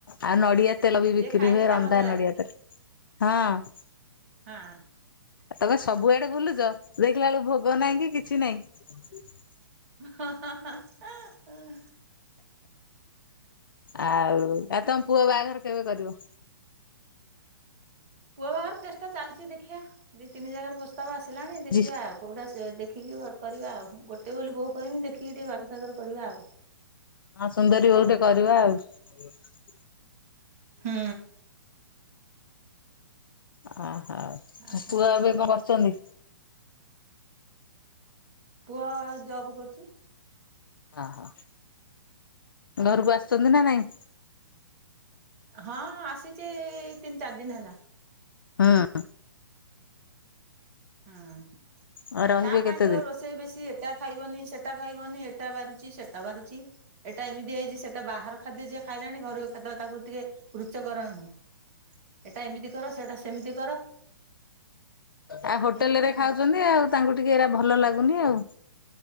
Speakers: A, on the left; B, on the right.
A: ଆଉ ନଡିଆ ତେଲ ବି ବିକ୍ରି
B: ଯିଏ ଖାଇଛି
A: ହୁଏ
B: ତା
A: ରନ୍ଧା
B: ମଜା ଜାଣିଛି
A: ନଡିଆ ତେଲ ହଁ।
B: ହଁ।
A: ତମେ ସବୁଆଡେ ବୁଲୁଚ ଦେଖିଲା ବେଳକୁ ଭୋଗ ନାହିଁ କି କିଛି ନାହିଁ। <inaudible>
B: ହଁ ହଁ ହଁ। ଆଁ ଆଁ।
A: ଆଉ ଆଉ ତମ ପୁଅ ବାହାଘର କେବେ କରିବ।
B: ପୁଅ ବାହାଘର ଚେଷ୍ଟା ଚାଲିଛି ଦେଖିବା ଦି ତିନି ଜାଗାରୁ ପ୍ରସ୍ତାବ ଆସିଲାଣି ଦେଖିବା
A: ଜି
B: ଆଉ। କଉଟା ସେ ଦେଖିକି ଘର୍ କରିବା ଆଉ ଗୋଟେ ବୋଲି ବୋହୁ କରିମି ଦେଖିକି ଟିକେ ବାଗସାଗର କରିବା ଆଉ।
A: ହଁ ସୁନ୍ଦରୀ ବୋହୁଟେ କରିବା ଆଉ। କରିବ <unintelligible>
B: ହୁଁ।
A: ଅ ହୋଉ
B: ଆଉ କଣ
A: ପୁଅ
B: କରିବା
A: ଏବେ କଣ କରୁଚନ୍ତି।
B: ପୁଅ ଜବ କରୁଚି।
A: ଓହୋ ଘରକୁ ଆସୁଚନ୍ତି ନା ନାଇଁ।
B: ହଁ ଆସିଚି ତିନି ଚାରି ଦିନି ହେଲା।
A: ହଁ।
B: ହଁ
A: ଆଉ ରହିବେ
B: ତା ପାଇଁ
A: କେତେ
B: ତ
A: ଦିନ?
B: ରୋଷେଇ ବେଶୀ ଏଟା ଖାଇବନି ସେଟା ଖାଇ ବନି ଏଟା ବାରୁଚି ସେଟା ବାରୁଚି। ଏଇଟା ଏମିତି ହେଇଛି ସେଟା ବାହାର ଖାଦ୍ୟ ଯିଏ ଖାଇଲାଣି ଘରୋଇ ଖାଦ୍ୟ ତାକୁ ଟିକେ ରୁଚକର ନୁ। ଏଟା ଏମିତି କର ସେଟା ସେମିତି କର।
A: ଆ ହୋଟେଲରେ
B: ଏମିତି ଆଉ।
A: ଖାଉଚନ୍ତି ଆଉ ତାଙ୍କୁ ଟିକେ ଏରା ଭଲ ଲାଗୁନି ଆଉ।